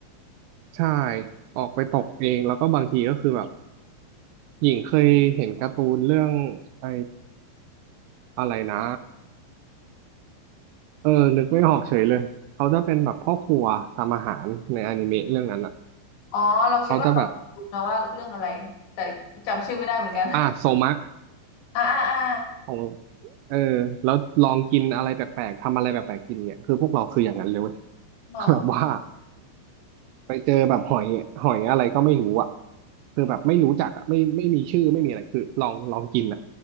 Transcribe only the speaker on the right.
ใช่ออกไปตกเองแล้วก็บางทีก็คือแบบหญิงเคยเห็นการ์ตูนเรื่องไออะไรนะเออนึกไม่ออกเฉยเลยเขาจะเป็นแบบพ่อครัวทำอาหารในอนิเมะเรื่องนั้นอ่ะ
เขาจะแบบ อ่าโซมะ
ของเออแล้วลองกินอะไรแปลกๆทำอะไรแปลกๆกินเนี่ยคือพวกเราคืออย่างนั้นเลยเว้ย
<laughs> แบบว่าไปเจอแบบหอยหอยอะไรก็ไม่รู้อ่ะคือแบบไม่รู้จักอ่ะไม่ไม่มีชื่อไม่มีอะไรคือลองลองกินอ่ะ